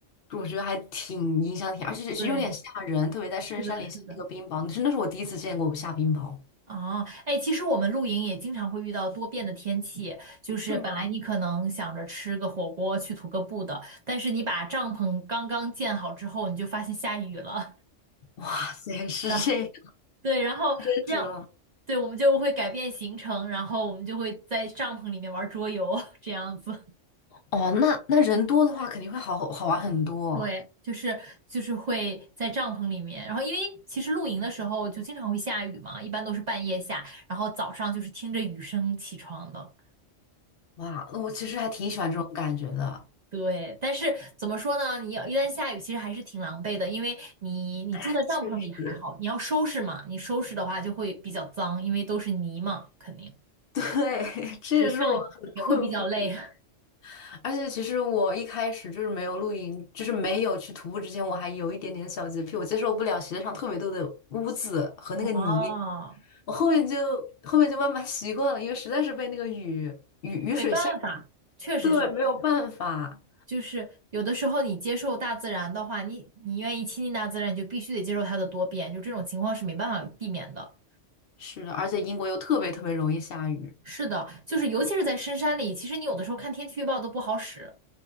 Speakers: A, on the left; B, on the right.
A: 我觉得还挺影响挺，而且是有点吓人，
B: 对，
A: 特别在深山里下那个冰雹，
B: 是的，是的。
A: 真的是我第一次见过下冰雹。
B: 哦，哎，其实我们露营也经常会遇到多变的天气，就是本来你可能想着吃个火锅去徒个步的，
A: 是吗？
B: 但是你把帐篷刚刚建好之后，你就发现下雨了，
A: 哇塞，
B: <laughs>
A: 是这样，
B: 然后对，然后这样，
A: 真实哦。
B: 对，我们就会改变行程，然后我们就会在帐篷里面玩桌游，<laughs> 这样子。<laughs>
A: 哦，那那人多的话肯定会好好玩很多。
B: 对，就是就是会在帐篷里面，然后因为其实露营的时候就经常会下雨嘛，一般都是半夜下，然后早上就是听着雨声起床的。
A: 哇，那我其实还挺喜欢这种感觉的。
B: 对，但是怎么说呢？你要一旦下雨，其实还是挺狼狈的，因为你你住在帐篷里还好，
A: 哎，确实，
B: 你要收拾嘛，你收拾的话就会比较脏，因为都是泥嘛，肯定。
A: 对，<laughs> 这也是我，
B: 对，这样也会比较累。
A: 很困惑的。
B: <laughs>
A: 而且其实我一开始就是没有露营，就是没有去徒步之前，我还有一点点小洁癖，我接受不了鞋上特别多的污渍和那个泥。
B: 哦，
A: 我后面就后面就慢慢习惯了，因为实在是被那个雨雨雨水吓，
B: 没办法，确实是，
A: 对，没有办法。
B: 就是有的时候你接受大自然的话，你你愿意亲近大自然，你就必须得接受它的多变，就这种情况是没办法避免的。
A: 是的，而且英国又特别特别容易下雨。
B: 是的，就是尤其是在深山里，其实你有的时候看天气预报都不好使。